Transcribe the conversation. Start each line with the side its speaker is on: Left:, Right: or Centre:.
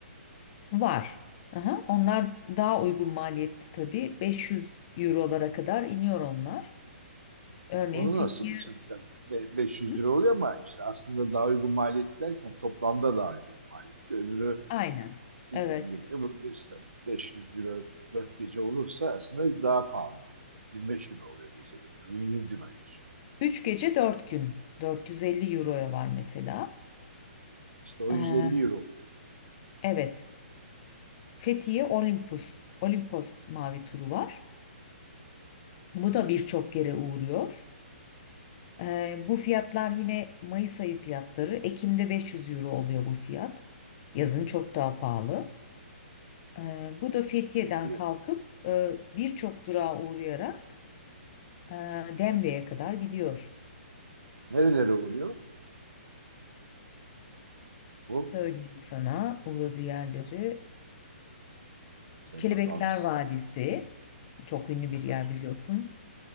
Left: Var. Aha, onlar daha uygun maliyetli tabii. 500 eurolara kadar iniyor onlar. Örneğin
Right: Onu
Left: Fethiye.
Right: nasıl hocam? Tabii be- 500
Left: Hı?
Right: lira oluyor ama işte aslında daha uygun maliyet derken toplamda daha uygun maliyet. Öbürü
Left: Aynen.
Right: 8
Left: Evet.
Right: gece, bu işte 500 euro 4 gece olursa aslında daha pahalı. 25 euro oluyor geceleri. Öbürünün 100 euro düşün.
Left: Üç gece dört gün. 450 euroya var mesela.
Right: İşte o
Left: Ee,
Right: 150 euro oluyor.
Left: evet. Fethiye
Right: Yani
Left: Olympus. Olimpos mavi turu var. Bu da birçok yere uğruyor. Ee, bu fiyatlar yine Mayıs ayı fiyatları. Ekim'de 500 euro oluyor bu fiyat. Yazın çok daha pahalı. Ee, bu da Fethiye'den
Right: Peki
Left: kalkıp e, birçok durağa uğrayarak e, Demre'ye kadar gidiyor.
Right: nerelere uğruyor? Bu
Left: Söyleyeyim sana uğradığı yerleri.
Right: senin
Left: Kelebekler
Right: hatamız.
Left: Vadisi, çok ünlü bir
Right: <laughs>
Left: yer
Right: Çok,
Left: biliyorsun.